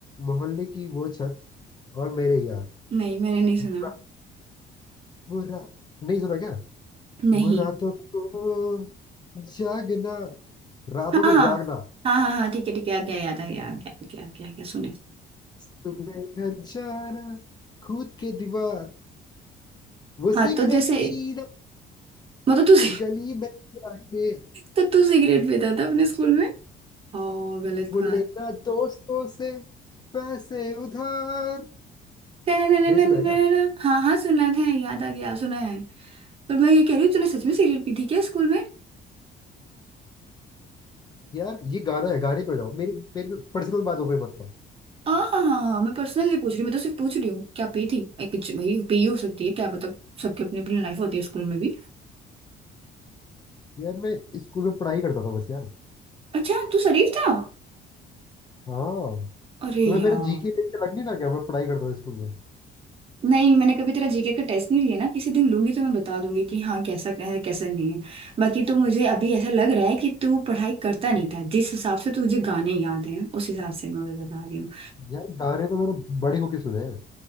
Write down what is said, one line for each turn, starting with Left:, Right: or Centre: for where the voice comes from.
Left: मोहल्ले की वो छत और मेरे यार
Right: नहीं मैंने नहीं सुना
Left: वो रा- वो रा- नहीं सुना क्या
Right: नहीं
Left: वो रातों को जागना रातों
Right: हाँ
Left: को
Right: हाँ
Left: जागना
Right: हाँ हाँ हाँ ठीक है ठीक है आ गया याद आ गया आ गया आ गया आ गया, आ गया सुने
Left: सुबह घर जाना कूद के दीवार वो
Right: हाँ
Left: सिगरेट
Right: तो जैसे
Left: पीना
Right: मतलब तू <laughs>
Left: गली में जाके
Right: तो तू सिगरेट पीता था अपने स्कूल में ओ गलत
Left: वो
Right: बात
Left: लेना दोस्तों से पैसे उधार
Right: टननननननननननन।
Left: नहीं सुना है क्या
Right: हाँ हाँ सुना है याद आ गया सुना है पर मैं ये कह रही हूँ तूने सच में सिगरेट पी थी क्या स्कूल में
Left: यार ये गाना है गाने पे जाओ मेरी मेरी पर्सनल बातों पे मत आओ
Right: हाँ हाँ हाँ हाँ मैं पर्सनल नहीं पूछ रही मैं तो सिर्फ पूछ रही हूँ क्या पी थी एक कुछ भाई पी हो सकती है क्या पता सबकी अपनी अपनी लाइफ होती है स्कूल में भी
Left: यार मैं स्कूल में पढ़ाई करता था बस यार
Right: अच्छा तू शरीफ था
Left: हाँ
Right: अरे
Left: तुम्हें
Right: यार
Left: मेरा जीके देख के लग नहीं रहा क्या मैं पढ़ाई करता था स्कूल में
Right: नहीं मैंने कभी तेरा जीके का टेस्ट नहीं लिया ना किसी दिन लूंगी तो मैं बता दूंगी कि हाँ कैसा क्या है कैसा नहीं है बाकी तो मुझे अभी ऐसा लग रहा है कि तू पढ़ाई करता नहीं था जिस हिसाब से तुझे गाने याद हैं उस हिसाब से मैं बता रही हूँ
Left: यार गाने तो मैंने बड़े होके सुने हैं